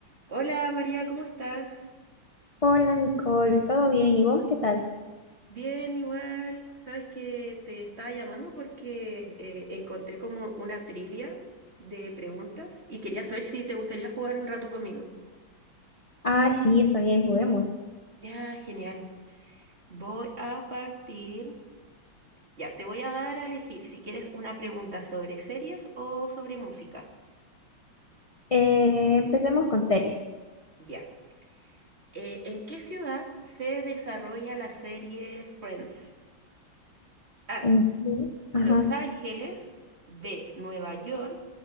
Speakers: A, on the right; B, on the left.
A: Hola María, ¿cómo estás?
B: Hola Nicole, ¿todo bien? ¿Y vos qué tal?
A: Bien, igual. Sabes que te estaba llamando porque eh, encontré como una trivia de preguntas y quería saber si te gustaría jugar un rato conmigo.
B: Ah, sí, está bien, juguemos.
A: Ya, genial. Voy a partir. Ya, te voy a dar a elegir si quieres una pregunta sobre series o sobre música.
B: Eh, empecemos con serie.
A: Ya. Eh, ¿en qué ciudad se desarrolla la serie Friends? A.
B: ¿En qué? Ajá.
A: Los Ángeles, B, Nueva York,